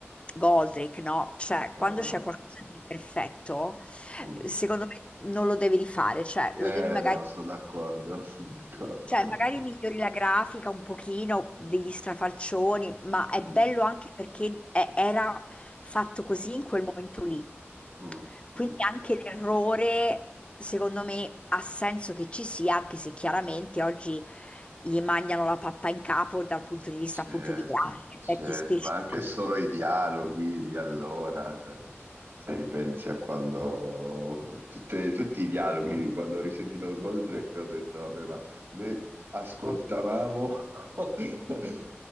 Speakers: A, on the left; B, on the right.
A: Goldrake, no? Cioè,
B: ah,
A: quando c'è qualcosa di perfetto,
B: mm.
A: secondo me non lo devi rifare, cioè
B: Eh
A: lo devi magari
B: no, sono d'accordo, <laughs> sono d'accordo.
A: cioè, magari migliori la grafica un pochino degli strafalcioni, ma è
B: Mm,
A: bello anche perché è- era fatto così in quel momento lì.
B: mm,
A: Quindi
B: mm.
A: anche l'errore, secondo me, ha senso che ci sia, anche se chiaramente oggi gli mangiano la pappa in capo dal punto di vista
B: Certo,
A: appunto di grafica,
B: certo,
A: effetti speciali.
B: ma anche solo i dialoghi di allora, cioè, se ripensi a quando tutte- tutti i dialoghi, quando ho risentito Goldrake ho detto, vabbè, ma noi ascoltavamo <laughs>